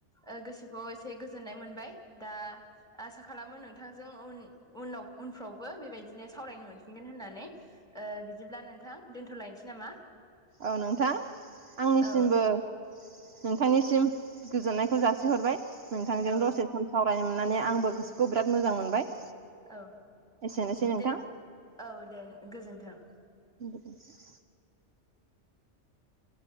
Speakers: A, in the centre; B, on the right.
A: ओ गोसोखौ एसे गोजोननाय मोनबाय। दा <unintelligible> आसा खालामो नोंथांजों उन-उनाव उनफ्रावबो बेबायदिनो सावरायनो मोनफिनगोन होननानै। ओ बिदिब्ला नोंथां दोन्थ'लायनोसै नामा?
B: औ नोंथां आंनिसिमबो
A: औ
B: नोंथांनिसिम गोजोननायखौ जासिहरबाय नोंथांजों
A: औ
B: दसे सावरायनो मोननानै आंबो गोसोखौ बिराद मोजां मोनबाय।
A: औ
B: एसेनोसै नोंथां
A: दे औ दे गोजोन्थों।
B: <unintelligible>